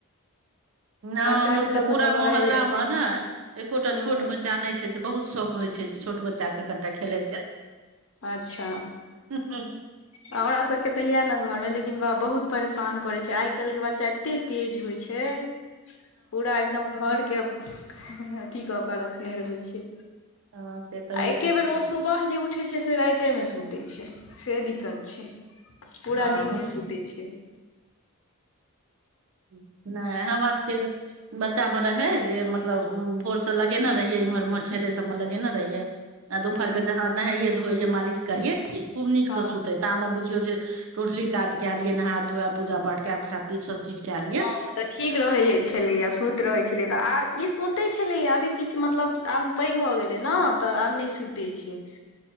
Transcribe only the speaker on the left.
बच्चा
के
लऽ
कऽ तऽ भए
जाइ छै
हूँ
अच्छा
हमर सभके तऽ इएह ने घरमे लेकिन ब बहुत परेशान करै छै आइ काल्हिके बच्चा एतेक तेज होइ छै पूरा एकदम घर के अथी कऽ के रखने रहै छै
आ एक्के
बेर ओ सुबह जे उठ। उठै छै से राते मे सुते छै से दिक्कत छै पूरा
दिन नहि सुते छै
हूं
हँ
हँ, तऽ ठीक रहैत छलैय। सुति रहैत छलै तऽ आ। ई सुते छले या आभी किछ मतलब आब पैग भऽ गेले ने तब आब ने सुते छैे